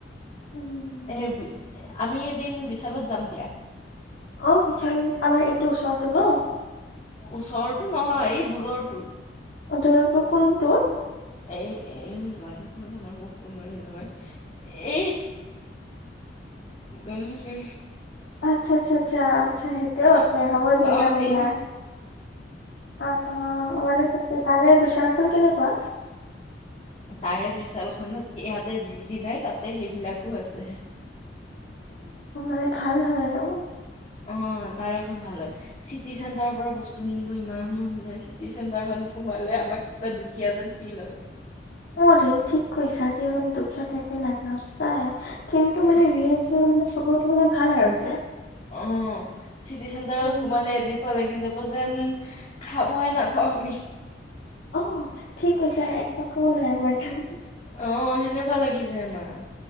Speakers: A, on the left (about 85°); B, on the left (about 35°).
A: উম,
B: সেই আমি দিন বিশালত যাম দিয়া
A: অ বিচাৰো আমাৰ এইটো ওচৰৰতো ন
B: ওচৰৰতো নহয় এই দূুৰৰতো
A: ধটো কোনটো
B: এ এই জগাটো নাম কব নোৱাৰি নহয় এই গল তে
A: আচ্ছা, আচ্ছা, আচ্ছা, আচ্ছা সেইটোওকে
B: অ',
A: হ'ব দিয়া
B: অ',
A: যাম
B: সেইটো
A: দিয়া আহ অ মানে ত তাল বিশাচালখন কেনেকুৱা
B: তাৰে বিশাছালখনত ইয়াতে যি যি নাই তাতে সেইবিলাকো আছে
A: ম ভাল হয় আৰু
B: অ তাৰে ভাল হয় চিটি চেণ্টাৰৰ পৰা বস্তু কিনিব ইমান মন যায়। চিটি চেণ্টাৰ খনত সোমালে কিবা দুখীয়া যেন ফিল হয়।
A: অ দেই ঠিক কৈছা কি মানে দুখীয়া
B: উম,
A: টাইপে লাগে সচাই কিন্তু
B: চি-
A: মানে মানে ছবতৰটো মানে ভাল আৰু উতে <unintelligible>
B: অ চিটি চেণ্টাৰত
A: উম
B: সোমালে এনেকুৱা লাগি যাব যেন খাবয়ে নাপাওঁ আমি
A: অ ঠিক কছে একটকাও নাই আমাৰ কাম
B: আহ সেনেকুৱা লাগি যায় আমাৰ